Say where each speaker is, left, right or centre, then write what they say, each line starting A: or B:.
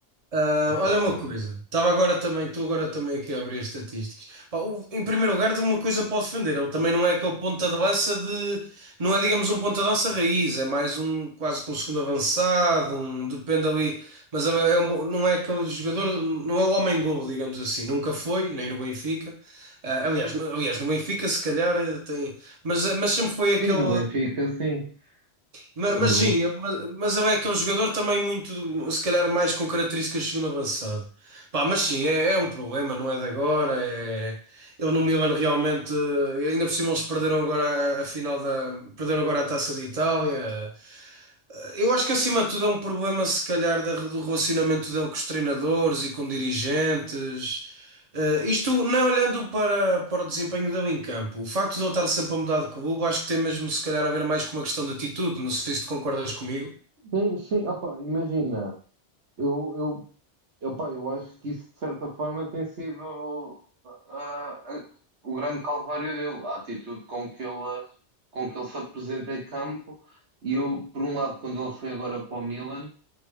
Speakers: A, on the right; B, on the right.
A: Ah,
B: epá,
A: olha
B: realmente.
A: uma coisa, estava agora também, estou agora também aqui a abrir as estatísticas. Pá, o- em primeiro lugar, tenho uma coisa para o defender, ele também não é aquele ponta de lança de, não é, digamos, um ponta de lança raiz, é mais um, quase que um segundo avançado, um, depende ali, mas é é um- não é aquele jogador, não é o homem-golo, digamos assim, nunca foi, nem no Benfica. Ah, aliás, no, aliás, no Benfica, se calhar, eh, tem, mas, mas sempre foi aquele.
B: Sim, no Benfica, sim.
A: Ma-
B: No
A: Mas, sim,
B: Benfica.
A: mas, mas é que é um jogador também muito, se calhar, mais com características de segundo avançado. Pá, mas sim, é, é um problema, não é de agora. É... Ele no Milan realmente, eh, ainda por cima eles perderam agora a, a final da, perderam agora a Taça da Itália. Eu acho que acima de tudo é um problema, se calhar, da- do relacionamento dele com os treinadores e com dirigentes. Eh, isto nem olhando para, para o desempenho dele em campo. O facto de ele estar sempre a mudar de clube, acho que tem mesmo, se calhar, a ver mais com uma questão de atitude. Não sei se tu concordas comigo.
B: Sim, sim, opa, imagina. Eu, eu, epá, eu acho que isso, de certa forma, tem sido ah, ah, o grande calvário dele, a atitude com que ele, com que ele se apresenta em campo. E eu, por um lado, quando ele foi agora para o Milan,